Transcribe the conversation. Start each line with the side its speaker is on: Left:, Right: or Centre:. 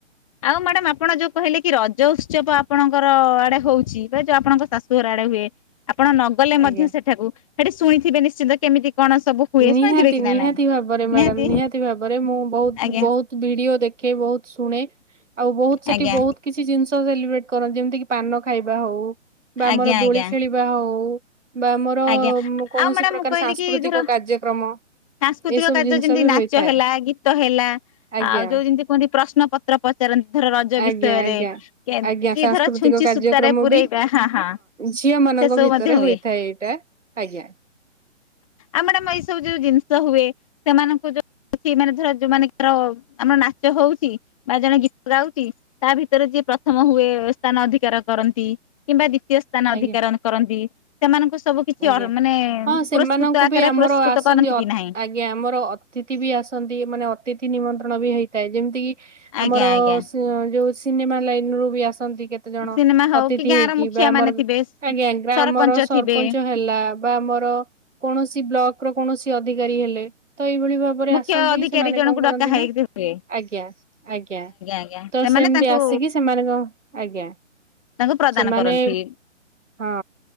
Left: ଆଉ ମ୍ୟାଡାମ ଆପଣ ଯୋଉ କହିଲେ କି ରଜ ଉତ୍ସବ ଆପଣଙ୍କର ଆଡେ ହଉଛି ବା ଯୋଉ ଆପଣଙ୍କ ଶାଶୁଘର ଆଡେ ହୁଏ। ଆପଣ ନଗଲେ ମଧ୍ୟ
Right: ଆଜ୍ଞା।
Left: ସେଠାକୁ ସେଠି ଶୁଣିଥିବେ ନିଶ୍ଚିନ୍ତ କେମିତି କଣ ସବୁ ହୁଏ
Right: ନିହାତି
Left: ଶୁଣିଥିବେ କି
Right: ନିହାତି
Left: ନା ନାଇଁ
Right: ଭାବରେ ମ୍ୟାଡାମ
Left: ନିହାତି।
Right: ଭାବରେ ମୁଁ ବହୁ
Left: ଆଜ୍ଞା
Right: ବହୁତ ଭିଡିଓ ଦେଖେ ବହୁତ ଶୁଣେ ଆଉ ବହୁତ ସେଠି
Left: ଆଜ୍ଞା
Right: ବହୁତ କିଛି ଜିନିଷ ସେଲିବ୍ରେଟ କରନ୍ତି ଯେମିତି କି ପାନ ଖାଇବା ହଉ। ବା
Left: ଆଜ୍ଞା
Right: ଆମର
Left: ଆଜ୍ଞା
Right: ଦୋଳି ଖେଳିବା ହଉ ବା ଆମର
Left: ଆଜ୍ଞା।
Right: କୌଣସି
Left: ଆଉ ମ୍ୟାଡାମ
Right: ପ୍ରକାର
Left: ମୁଁ କହିଲି
Right: ସାଂସ୍କୃତିକ
Left: କି ଧର
Right: କାର୍ଯ୍ୟକ୍ରମ।
Left: ସାଂସ୍କୃତିକ
Right: ଏସବୁ
Left: କାର୍ଯ୍ୟ
Right: ଜିନିଷ
Left: ଯେମିତି
Right: ବି
Left: ନାଚ
Right: ହୋଇଥାଏ
Left: ହେଲା ଗୀତ ହେଲା
Right: ଆଜ୍ଞା।
Left: ଆଉ ଯୋଉ ଯେମିତି କୁହନ୍ତି ପ୍ରଶ୍ନ ପତ ପତ୍ର ପଚାରନ୍ତି ଧର ରଜ
Right: ଆଜ୍ଞା
Left: ବିଷୟରେ
Right: ଆଜ୍ଞା
Left: କି
Right: ଆଜ୍ଞା ସାଂସ୍କୃତିକ
Left: ଧର ଛୁଞ୍ଚି
Right: କାର୍ଯ୍ୟକ୍ରମ
Left: ସୂତାରେ ପୁରେଇବେ
Right: ବି
Left: ହଁ ହଁ।
Right: ଝିଅ ମାନଙ୍କ
Left: ସେ ସବୁ
Right: ଭିତରେ
Left: ମଧ୍ୟ ହୁଏ।
Right: ହୋଇଥାଏ ଏଇଟା ଆଜ୍ଞା।
Left: ଆ ମ୍ୟାଡ଼ାମ ଏଇ ସବୁ ଯୋଉ ଜିନିଷ ହୁଏ ସେମାନଙ୍କୁ ଯୋଉ ସେ ମାନେ ଧର ଯୋଉ ମନେକର ଆମର ନାଚ ହଉଛି। ବା ଜଣେ ଗୀତ ଗାଉଛି ତା ଭିତରେ ଯିଏ ପ୍ରଥମ ହୁଏ ସ୍ଥାନ ଅଧିକାର କରନ୍ତି କିମ୍ବା ଦ୍ୱିତୀୟ ସ୍ଥାନ
Right: ଆଜ୍ଞା
Left: ଅଧିକାରଣ କରନ୍ତି। ସେମାନଙ୍କୁ ସବୁ କିଛି
Right: ଆଜ୍ଞା।
Left: ଅ ମାନେ
Right: ହଁ ସେମାନଙ୍କୁ
Left: ପୁରସ୍କୃତ ଆକାରରେ
Right: ବି ଆମର
Left: ପୁରସ୍କୃତ
Right: ଆସନ୍ତି
Left: କରନ୍ତି
Right: ଅ
Left: କି
Right: ଆଜ୍ଞ
Left: ନାହିଁ?
Right: ଆଜ୍ଞା ଆମର ଅତିଥି ବି ଆସନ୍ତି ମାନେ ଅତିଥି ନିମନ୍ତ୍ରଣ ବି ହେଇଥାଏ। ଯେମିତି କିି
Left: ଆଜ୍ଞା
Right: ଆମର
Left: ଆଜ୍ଞା
Right: ସିଏ ଯୋଉ ସିନେମା ଲାଇନ ରୁ ବି ଆସନ୍ତି କେତେ କେତେ ଜଣ
Left: ସିନେମା ହଉ
Right: ଅତିଥି
Left: କି ଗାଁ
Right: ହେଇକି,
Left: ର ମୁଖିଆ
Right: ବା ଆମର
Left: ମାନେ ଥିବେ
Right: ଆଜ୍ଞା, ଗ୍ରାମର
Left: ସରପଞ୍ଚ
Right: ସ
Left: ଥିବେ
Right: ହେଲା ବା ଆମର କୌଣସି ବ୍ଳକର କୌଣସି ଅଧିକାରୀ ହେଲେ ତ ଏହିଭଳି ଭାବେ ତାପରେ
Left: ମୁଖ୍ୟ
Right: ଆସନ୍ତି
Left: ଅଧିକାରୀ
Right: ସେମାନେ
Left: ଜଣଙ୍କୁ
Right: କଣ କରନ୍ତି
Left: ଡକା ହେଇକି
Right: ନା,
Left: ହୁଏ
Right: ଆଜ୍ଞା, ଆଜ୍ଞା।
Left: ଆଜ୍ଞା
Right: ତ
Left: ସେମାନେ
Right: ସେମତି
Left: ତାଙ୍କୁ
Right: ଆସିକି ସେମାନେ କଣ ଆଜ୍ଞା।
Left: ତାଙ୍କୁ ପ୍ରଦାନ
Right: ସେମାନେ
Left: କରନ୍ତି
Right: ହଁ